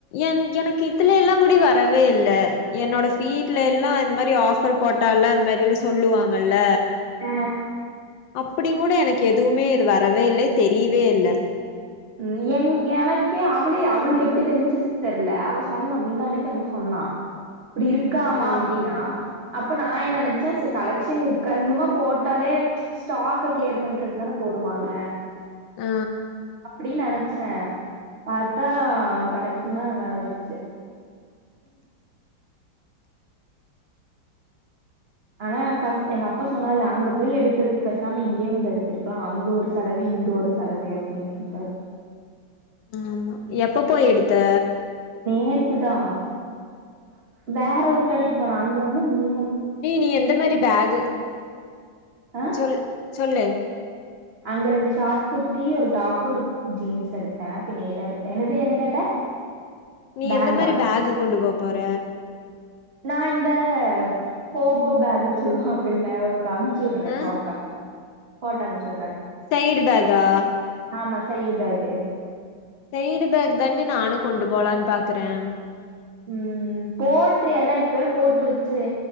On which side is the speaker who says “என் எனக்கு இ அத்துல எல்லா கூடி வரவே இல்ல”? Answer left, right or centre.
Left